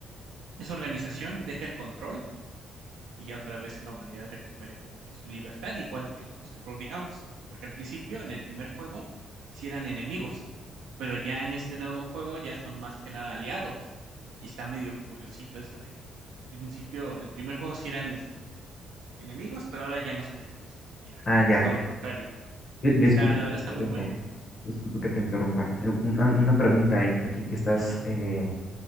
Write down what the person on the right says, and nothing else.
esa organización deje el control y ya otra vez la humanidad recupere como que su libertad, igual que los Brodigounds. Porque al principio, en el primer juego, sí eran enemigos, pero ya en este nuevo juego ya son más que nada aliados. Y está medio curiosito eso de que al principio, el primer juego sí eran este, enemigos, pero ahora ya no son enemigos, sino que ya
es todo lo contrario.
Y está, la
verdad
está
muy bueno.
Ajá.